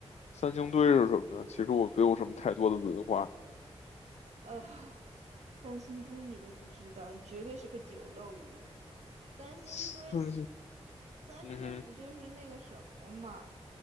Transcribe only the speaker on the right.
呃。三星堆你都不知道，你绝对是个酒漏鱼。三星堆，
三星堆不就是那个什么嘛，